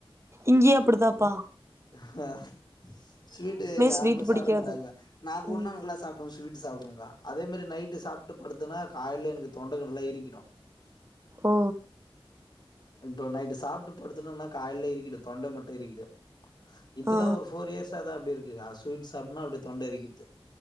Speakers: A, on the right; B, on the left.
A: இங்கியும் அப்புடிதாப்பா
B: ஹா ஹா ஸ்வீட்டு யாருமே
A: ஸ்வீட்
B: சாப்ட
A: பிடிக்காது
B: மாட்டாங்க நான் போனா
A: ம்
B: நல்லா சாப்டுவேன் ஸ்வீட்டு சாப்டுவன்க்கா அதேமாரி நைட்டு சாப்ட்டு படுத்தன்னா காயில்ல எனக்கு தொண்ட கிண்டல்லா இருக்கிடும்
A: ஓ
B: இப்போ நைட்டு் சாப்ட்டு படுத்தட்டோன்னா காயில்ல இருக்கிடும் தொண்ட மட்டும் இருக்கிடும் இப்பதா
A: ஆ
B: ஒரு ஃபோர் இயர்ஸா தா அப்டி இருக் இதுதா ஸ்வீட் சாப்ட்னா அப்புடே தொண்ட இருகிட்து